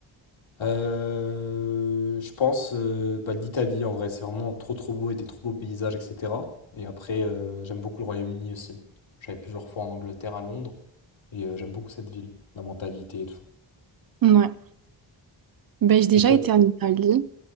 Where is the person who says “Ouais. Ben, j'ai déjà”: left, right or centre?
Right